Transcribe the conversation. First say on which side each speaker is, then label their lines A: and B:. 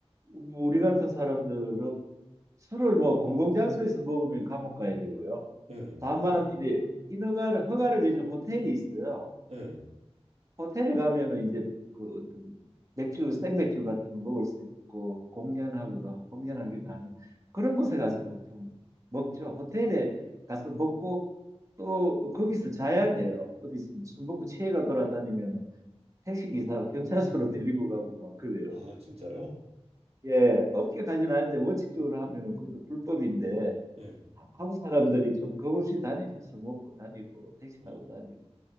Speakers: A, on the right; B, on the right.
A: 뭐 우리 같은 사람들은 술을 뭐 공공장소에서 먹으면 감옥 가야 되고요.
B: 네.
A: 다만 이제 인허가를 허가를 내준 호텔이 있어요.
B: 네.
A: 호텔에 가면은 이제 그 어떤 맥주 생맥주 같은 거 먹을 수 있고 공연하고도 공연하기도 하는 그런 곳에 가서 보통 먹죠. 호텔에 가서 먹고 또 거기서 자야 돼요. 어디서 무슨 먹고 취해가 돌아다니면은 택시기사 경찰서로 <laughs> 데리고 가고 막 그래요.
B: 아, 진짜요?
A: 예, 업계 가진 않는데 원칙적으로 하면은 그것도 불법인데
B: 네.
A: 한국 사람들이 좀 겁없이 다니죠. 술 먹고 다니고 택시
B: 어.
A: 타고 다니고.